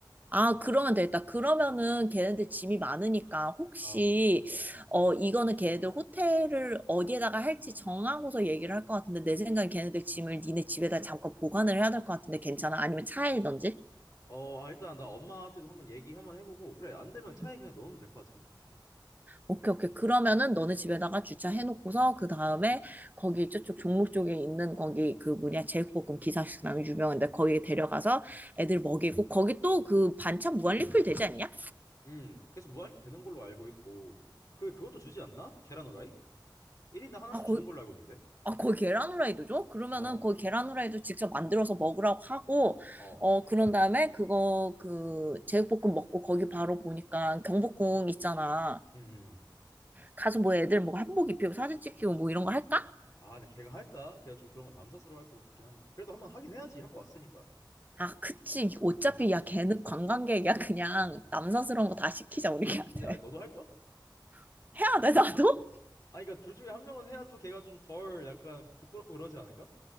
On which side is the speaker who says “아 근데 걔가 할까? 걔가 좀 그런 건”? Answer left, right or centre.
Left